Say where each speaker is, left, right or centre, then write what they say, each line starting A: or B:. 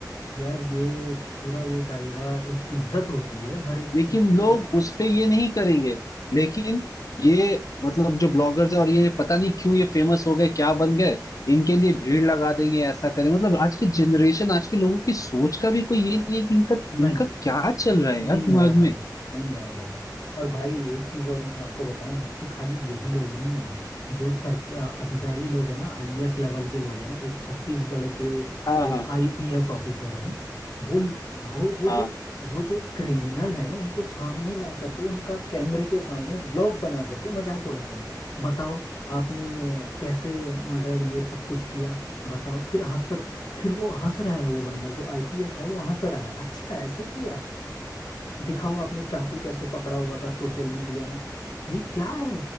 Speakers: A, on the left (about 70°); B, on the left (about 50°).
A: यार ये पूरा ये दायरा एक इज्जत होती है हर एक
B: लेकिन
A: चीज की
B: लोग
A: यार
B: उस पे ये नहीं करेंगे लेकिन ये मतलब जो ब्लॉगर्स है और ये पता नहीं क्यों ये फेमस हो गए क्या बन गए इनके लिए भीड़ लगा देंगे ऐसा करें मतलब आज की जनरेशन आज के लोगों की सोच का भी कोई ये नहीं है कि इनका
A: नहीं
B: इनका क्या चल रहा है
A: नहीं
B: यार दिमाग
A: यार भाई
B: में
A: नहीं यार भाई और भाई एक चीज़ और मैं आपको बताऊं कि खाली यही लोग नहीं है जो सर अधिकारी लोग हैं ना आईएएस लेवल के लोग हैं एक छत्तीसगढ़ के
B: हाँ
A: एक
B: हाँ
A: आईपीएस ऑफिसर हैं वो वो वो
B: हाँ
A: जो वो जो क्रिमिनल हैं उनको सामने ला करके उनका कैमरे के सामने व्लॉग बना करके मजाक उड़ा रहे हैं बताओ आपने कैसे मर्डर ये सब कुछ किया बताओ फिर हंस फिर वो हंस रहा है वो बंदा जो आईपीएस है वो हंस रहा है अच्छा ऐसे किया दिखाओ आपने चाकू कैसे पकड़ा हुआ था सोशल मीडिया में ये क्या है